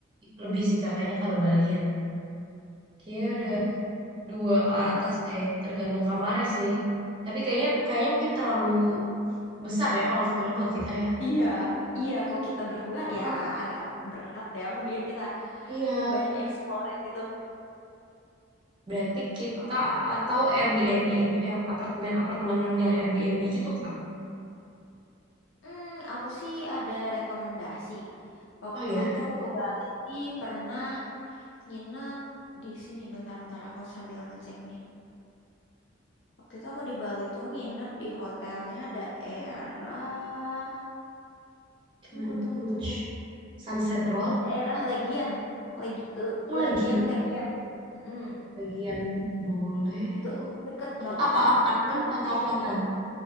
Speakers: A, on the right; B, on the left.
A: Lebih sih Kak, kayaknya kalau Bali ya. Kayaknya
B: Hmm,
A: udah dua ke
B: berarti
A: atas deh, tergantung kamarnya sih. Tapi kayaknya kayaknya mungkin terlalu besar ya kalau villa buat kita ya.
B: Iya, iya kalau kita berdua
A: Oh,
B: ya agak berat ya. Mendingan kita
A: iya,
B: banyak explore gitu.
A: berarti kita
B: Oh,
A: atau Airbnb, Airbnb eh, apartemen-apartemen yang Airbnb gitu Kak.
B: hmm, aku sih ada rekomendasi. Waktu
A: Oh ya,
B: itu aku ke Bali pernah nginep di sini. Bentar-bentar aku sambil ngecek nih. Waktu itu aku di Bali tuh nginep di hotelnya daerah.
A: cuman
B: Tunggu,
A: itu
B: tunggu, tunggu.
A: Ch. Sunset Road.
B: Daerah Legian, Legi- Le-
A: Aku lagi
B: Legian,
A: yang
B: Legian. Mm-mm.
A: bagian boleh
B: Itu
A: tuh.
B: deket
A: Itu
B: banget
A: apa
B: sama
A: apartemen
B: pantai
A: atau
B: Legian.
A: hotel?